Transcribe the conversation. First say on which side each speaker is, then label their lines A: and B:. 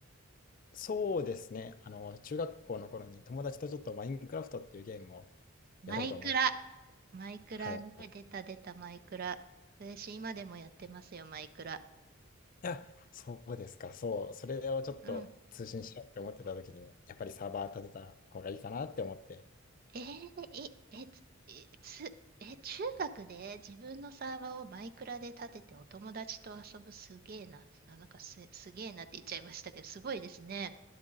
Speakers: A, on the left (about 40°); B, on the right (about 45°).
A: そうですね。あの、中学校の頃に友達とちょっとマインクラフトっていうゲームを
B: マイクラ。
A: やろうと思ってた。
B: マイクラね、
A: はい。い
B: 出た出たマイクラ。私今でもやってますよ、マイクラ。
A: や、そうですか。そう。それをちょっと通信しようって思ってた時に、
B: うん。
A: やっぱりサーバー立てた方がいいかなって思って、
B: えー、い、え、つ、え、つえ中学で自分のサーバーをマイクラで立ててお友達と遊ぶすげえな。あ、なんかす、すげえなって言っちゃいましたけど、すごいですね。